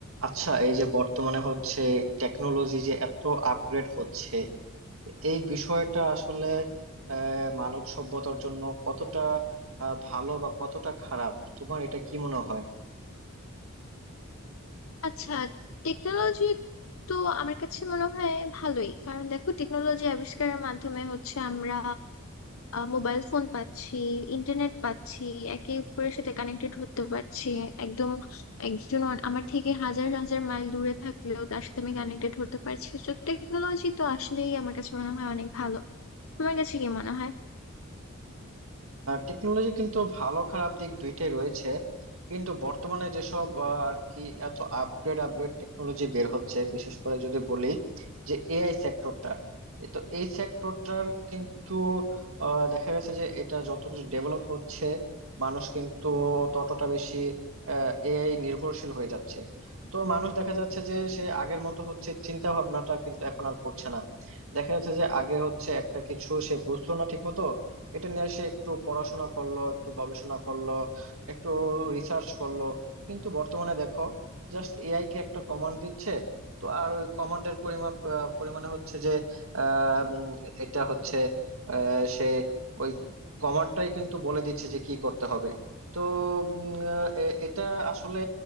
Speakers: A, on the right; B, on the left.
A: আচ্ছা এই যে বর্তমানে হচ্ছে টেকনোলজি যে এত আপগ্রেড হচ্ছে এই বিষয়টা আসলে আহ, মানব সভ্যতার জন্য কতটা আহ, ভালো বা কতটা খারাপ তোমার এটা কি মনে হয়
B: আচ্ছা টেকনোলজি তো আমার কাছে মনে হয় ভালোই কারণ দেখো টেকনোলজি আবিষ্কারের মাধ্যমে হচ্ছে আমরা মোবাইল ফোন পাচ্ছি ইন্টারনেট পাচ্ছি একে অপরের সাথে কানেক্টেড হতে পারছি একদম একজন অন- আমার থেকে হাজার হাজার মাইল দূরে থাকলেও তার সাথে আমি কানেক্টেড হতে পারছি তো টেকনোলজি তো আসলেই আমার কাছে মনে হয় অনেক ভালো তোমার কাছে কি মনে হয়
A: টেকনোলজি কিন্তু ভালো খারাপ দিক দুইটাই রয়েছে কিন্তু বর্তমানে যেসব আহ, আর কি এত আপগ্রেড আপগ্রেড টেকনোলজি বের হচ্ছে বিশেষ করে যদি বলি যে এআই সেক্টরটা তো এই সেক্টরটার কিন্তু আহ, দেখা গেছে যে এটা যতটা ডেভেলপ হচ্ছে মানুষ কিন্তু ততটা বেশি এআই নির্ভরশীল হয়ে যাচ্ছে তো মানুষ দেখা যাচ্ছে যে সে আগের মতো হচ্ছে চিন্তা ভাবনাটা কিন্তু এখন আর করছে না দেখা যাচ্ছে যে আগে হচ্ছে একটা কিছু সে বুঝতো না ঠিক মতো এটা নিয়ে সে একটু পড়াশোনা করলো একটু গবেষণা করলো একটু রিসার্চ করলো কিন্তু বর্তমানে দেখো জাস্ট এআই কে একটা কমান্ড দিচ্ছে তো আর ওই কমান্ডের পরিমাণ আহ, পরিমাণে হচ্ছে যে আহ, উম, এটা হচ্ছে আহ, সে ওই কমান্ডটাই কিন্তু বলে দিচ্ছে যে কি করতে হবে তো উম, আহ, এ- এটা আসলে